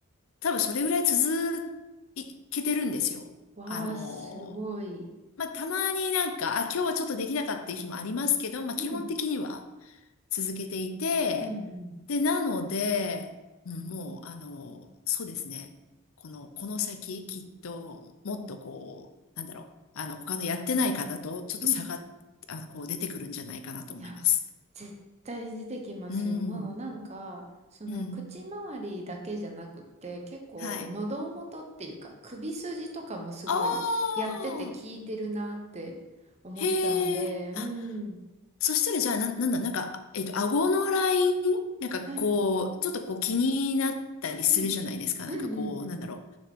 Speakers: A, on the left; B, on the right.
A: 多分それぐらい続いけてるんですよ。
B: わあ、
A: あの
B: すごい。
A: ーまあ、たまになんか、あ、今日はちょっとできなかったっていう日もありますけど、まあ、基本的には。
B: うん、
A: 続けていて、
B: うん、うん、
A: で、なので、うんもう、あの、そうですね。この、この先、きっと、もっとこう、なんだろう、あの、他のやってない方と、ちょっと差が、
B: うん。
A: あの、こう、出てくるんじゃないかなと思います。
B: いや、絶対出てきますよ。
A: うん。
B: もうなんか、その、
A: うん。
B: 口周りだけじゃなくて、結構、
A: はい。
B: 喉元っていうか、首筋とかもすごい、
A: ああ、
B: やってて効いてるなって思ったんで、
A: へえ。あ、
B: うん。
A: そしたら、じゃあ、な、なんだ、なんか、えっと、顎のラインなんかこう、
B: はい。
A: ちょっとこう気になったりするじゃないですか。
B: うん、うん、
A: なんかこう、
B: うん、うん。うん
A: なんだろ